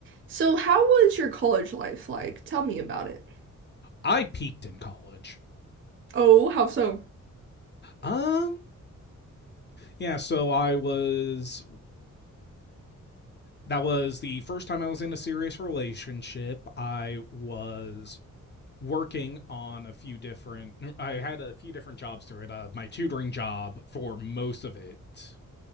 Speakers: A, on the right; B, on the left.
A: So, how was your college life like? Tell me about it.
B: I peaked in college.
A: Oh, how so?
B: Um, yeah, so I was that was the first time I was in a serious relationship. I was working on a few different I had a few different jobs through it. Uh, my tutoring job for most of it